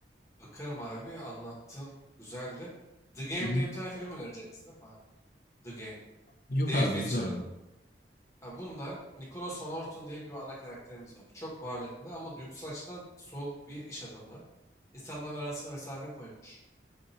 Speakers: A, on the left (about 15°); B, on the left (about 50°).
A: Bakarım abi anlattığın güzeldi. The Game
B: Hı hı.
A: diye bir tane film önereceğim izledin mi abi? The Game.
B: Yok
A: David
B: abi
A: Fincher'ın.
B: izlemedim.
A: Ha, bunda Nicholas Van Orton diye bir ana karakterimiz var. Çok varlıklı ama duygusal açıdan soğuk bir iş adamı. İnsanlar arasına mesafe koymuş.